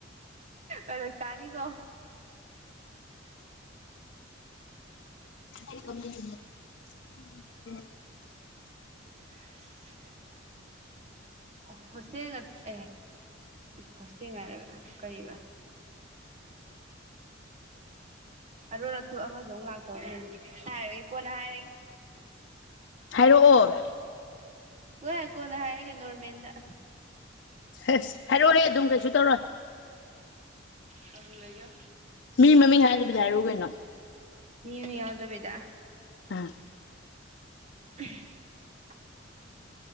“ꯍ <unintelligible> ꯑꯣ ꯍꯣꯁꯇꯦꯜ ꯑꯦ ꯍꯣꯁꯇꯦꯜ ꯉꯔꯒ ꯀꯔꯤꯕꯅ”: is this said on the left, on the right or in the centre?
Right